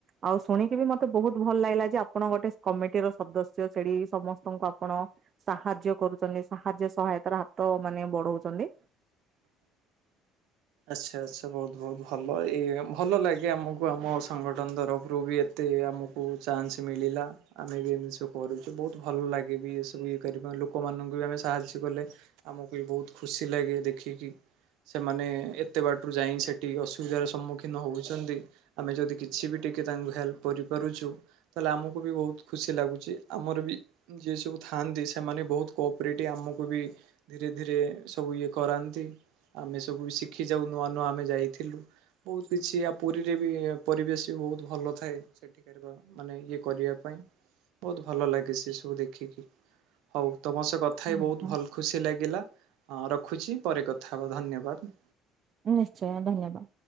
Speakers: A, on the right (about 45°); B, on the right (about 75°).
A: ଆଉ ଶୁଣିକି ବି ମତେ ବୋହୁତ୍ ଭଲ ଲାଗିଲା ଯେ ଆପଣ ଗୋଟେ କମିଟି ର ସଦ ସ୍ୟ ସେଡ଼ି ସମସ୍ତଙ୍କୁ ଆପଣ ସାହାଯ୍ୟ କରୁଛନ୍ତି। ସାହାଯ୍ୟ ସହାୟତାର ହାତ ମାନେ ବଢଉଛନ୍ତି।
B: ଆଚ୍ଛା ଆଚ୍ଛା। ବୋହୁତ୍, ବୋହୁତ୍ ଭଲ। ଏଇ ଭଲ ଲାଗେ ଆମକୁ ଆମ ସଂଗଠନ ତରଫରୁ ବି ଏତେ ଆମକୁ ଚାନ୍ସ ମିଳିଲା। ଆମେ ବି ଏମିତି ସବୁ କରୁଚୁ। ବୋହୁତ୍ ଭଲ ଲାଗେ ବି, ଏ ସବୁ ଇଏ କରିବା ଲୋକମାନଙ୍କୁ ବି ଆମେ ସାହାଯ୍ୟ କଲେ। ଆମକୁ ବି ବୋହୁତ୍ ଖୁସି ଲାଗେ, ଦେଖିକି ସେମାନେ ଏତେ ବାଟରୁ ଯାଇଁକି ସେଠି ଅସୁବିଧାର ସମ୍ମୁଖୀନ ହଉଛନ୍ତି। ଆମେ ଯଦି କିଛି ବି ଟିକେ ତାଙ୍କୁ ହେଲ୍ପ କରିପାରୁଛୁ ତାହେଲେ ଆମକୁ ବି ବୋହୁତ୍ ଖୁସି ଲାଗୁଚି। ଆମର ବି ଯିଏ ସବୁ ଥାନ୍ତି ସେମାନେ ବୋହୁତ୍ କୋପ୍ରିଟି ଆମକୁ ବି ଧୀରେ ଧୀରେ, ସବୁ ଇଏ କରାନ୍ତି। ଆମେ ସବୁ ଶି ସିଖି ଯାଉ ନୂଆ ନୂଆ ଆମେ ଯାଇଥିଲୁ। ବୋହୁତ୍ କିଛି ଆଉ ପୁରୀରେ ବି ପରିବେଶ ବି ବୋହୁତ୍ ଭଲ ଥାଏ। ମାନେ ଇଏ କରିବା ପାଇଁ। ବୋହୁତ୍ ଭଲ ଲାଗେ ସେ ସବୁ ଦେଖିକି। ହୋଉ ତମ ସହ କଥା
A: ଆଜ୍ଞା
B: ହେଇ ବୋହୁତ୍ ଭଲ ଖୁସି ଲାଗିଲା। ହଁ ରଖୁଛି ପରେ କଥା ହେବା ଧନ୍ୟବାଦ।
A: ନିଶ୍ଚୟ ଧନ୍ୟବାଦ।